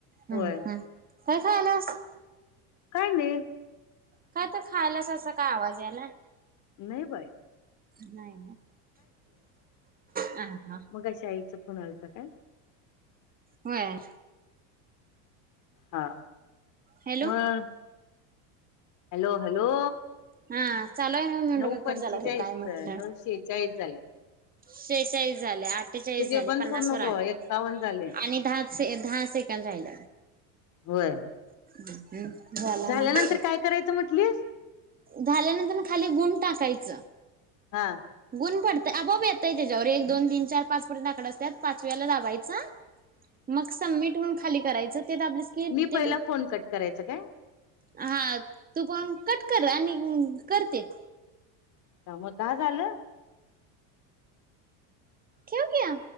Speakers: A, on the left; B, on the right.
A: होय
B: ह ह काय खायलयास.
A: काय नाही.
B: काय तर खायलास अस काय आवाज यायलाय.
A: नाही बाय.
B: नाही अ, हा हा
A: कशाईच फोन आलता काय?
B: होय.
A: हा
B: हॅलो
A: मग, हॅलो हॅलो.
B: हा चालूय ना, मी म्हटलो
A: नऊ पंचेचाळीस
B: कट झाला काय म्हटल.
A: नऊ शेहेचाळीस झाले
B: शेचाळीस झाले, अठ्ठेचाळीस
A: तुझे
B: झाले,
A: बंद
B: पन्नास
A: करू नको
B: वर आले.
A: एक्कावन्न झाले.
B: आणि दहा दहा सेंकंद राहिल्यात.
A: होय.
B: <unintelligible>
A: झाल्यानंतर
B: होते
A: काय करायच म्हटलीस.
B: झाल्यानंतर खाली गुण टाकायच.
A: हा
B: गुण पडत, अपोआप येतय त्याच्यावर. एक, दोन, तीन, चार, पाच पर्यंत आकड असतात. पाचव्याला दाबायचा.
A: <inaudible>
B: मग सबमिट म्हून खाली करायच ते दाबलीस की
A: मी
B: ते
A: पहिला फोन कट करायच काय?
B: हा तू पण कट कर. आणि कर ते.
A: त्यामुळ दहा झाल.
B: ठेव की आ